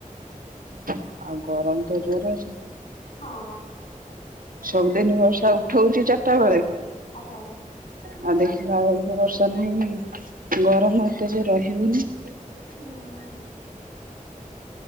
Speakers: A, on the right; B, on the left.
A: <unintelligible> ଆଉ ଗରମ ତ ଜୋର ଅଛି,
B: ହଁ
A: ସବୁଦିନ
B: ଆଉ ରଜ
A: ବର୍ଷା ଉଠଉଛି ଚାର କେତେବେଳେ?
B: ଆଚ୍ଛା ଆଚ୍ଛା ।
A: ଆଉ ଦେଖିଲା ବେଳକୁ ବର୍ଷା ନାହିଁ ଗରମ ଏତେ ଯେ ରହିିହଉନି। <unintelligible>
B: ହୁଁ।